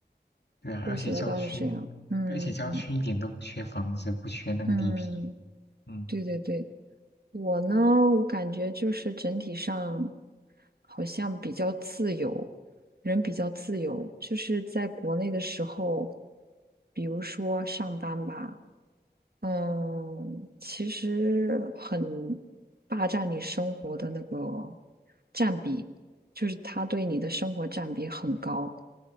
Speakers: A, on the left; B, on the right.
A: 对啊，而且郊区，
B: 说起来倒是这样。嗯嗯
A: 而且郊区一点都不缺房子，不缺那个地皮，
B: 嗯，
A: 嗯，
B: 对对对，我呢，我感觉就是整体上好像比较自由，人比较自由。就是在国内的时候，比如说上班吧。嗯，其实很霸占你生活的那个占比，就是他对你的生活占比很高。